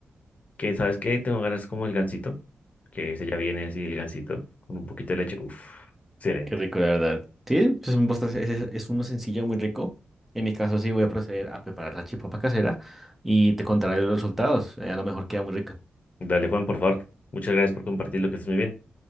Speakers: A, on the left (about 40°); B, in the centre.
A: que, ¿sabes qué? Tengo ganas como el gansito, que ese ya viene así, el gansito, con un poquito de leche. Uf, excelente.
B: Qué rico, la verdad. Sí, pues es, un postre- es, es- es uno sencillo, muy rico. En mi caso, sí voy a proceder a preparar la chipapa casera y te contaré los resultados. Eh, a lo mejor queda muy rica.
A: Dale, Juan, por favor. Muchas gracias por compartir lo que estés muy bien.